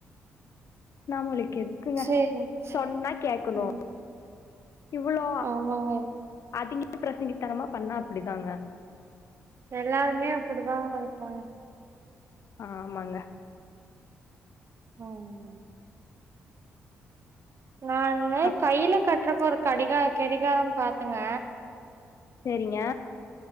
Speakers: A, on the left; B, on the right.
A: நம்மளுக்கு எதுக்குங்க
B: சேரி சேரி
A: சொன்னா கேக்குணு
B: ம்
A: இவ்வளோ
B: ஆமாங்க
A: அதிகபிரசங்கி தனமா பண்ணா அப்படிதாங்க
B: எல்லாருமே அப்படிதாங்க இருக்காங்க
A: ஆமாங்க
B: அ ஊ நானு
A: அப்
B: கையில கட்ரக்கு ஒரு கடிகா கெடிகாரம் பாத்தேங்க
A: செரிங்க